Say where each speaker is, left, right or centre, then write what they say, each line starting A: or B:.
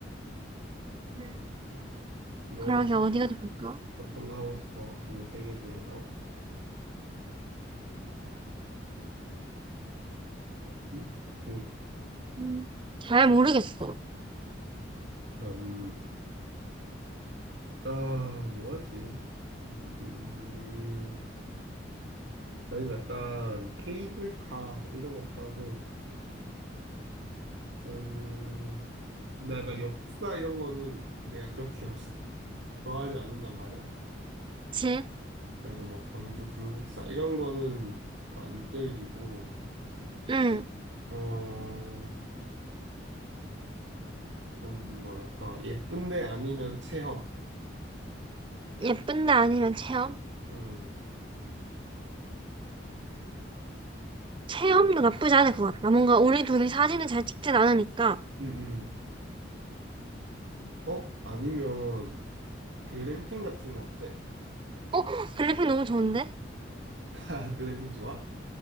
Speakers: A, on the right (about 25°); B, on the right (about 75°).
A: 음.
B: 너
A: 그러게 어디가 좋을까?
B: 어떤 거 하고 싶어? 그 세 개 중에서? 응? 그,
A: 음. 잘 모르겠어.
B: 아, 음, 아, 뭐하지? 음, 아니면 약간 케이블카 뭐 이런 거 타도 음 근데 약간 역사 이런 거는 내가 그렇게 막 <laughs> 좋아하지 않는단 말이야.
A: 그치?
B: 그래서 뭐 경주 불국사 이런 거는 좀 안 끌리고
A: 응,
B: 어좀 뭐랄까 예쁜데 아니면 체험.
A: 예쁜데 아니면 체험?
B: 음,
A: 체험도 나쁘지 않을 것 같다. 뭔가 우리 둘이 사진을 잘 찍진 않으니까.
B: 음, 음. 어 아니면 글램핑 같은 거 어때?
A: 어, 글리핀 너무 좋은데?
B: <laughs> 글램핑 좋아?